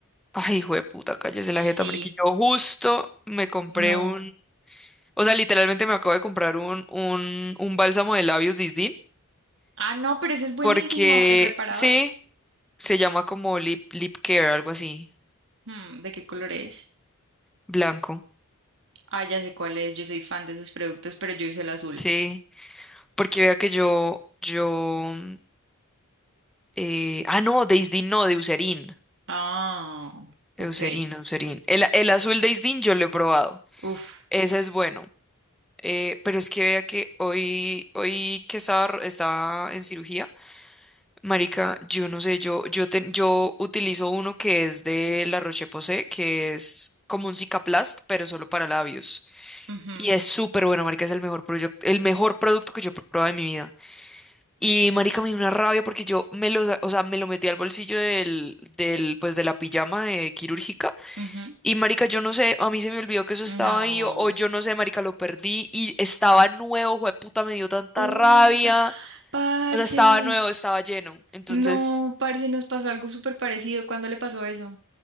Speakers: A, in the centre; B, on the right.
A: Ay, hijo de puta, cállese
B: sí,
A: la jeta, marica. Yo justo me compré
B: no.
A: un, o sea, literalmente me acabo de comprar un, un, un bálsamo de labios Disdin,
B: Ah, no, pero ese es buenísimo,
A: porque
B: el reparador.
A: sí, se llama como lip, lip care, algo así,
B: Hmm, ¿de qué color es?
A: blanco,
B: Ah, ya sé cuál es, yo soy fan de esos productos, pero yo hice el azul.
A: sí, porque vea que yo, yo, mm, eh, ah, no, de Isdin no, de Eucerin,
B: Ah,
A: Eucerin,
B: ok.
A: Eucerin. El, el azul de Isdin yo lo he probado,
B: Uf.
A: ese es bueno, eh, pero es que vea que hoy, hoy que estaba, estaba en cirugía, Marica, yo no sé, yo, yo, ten- yo utilizo uno que es de La Roche-Posay, que es como un Cicaplast, pero solo para labios.
B: ujú,
A: Y es súper bueno, marica, es el mejor proyecto, el mejor producto que yo he probado en mi vida. Y marica, me dio una rabia porque yo me lo, sa- o sea, me lo metí al bolsillo del, del, pues, de la pijama de quirúrgica.
B: ujú.
A: Y marica, yo no sé, a mí se me olvidó que eso estaba
B: No,
A: ahí, o, o yo no sé, marica, lo perdí y estaba nuevo, jueputa, me dio tanta
B: puta,
A: rabia.
B: Parce.
A: O sea, estaba nuevo, estaba lleno. Entonces,
B: No, parce, nos pasó algo súper parecido. ¿Cuándo le pasó eso?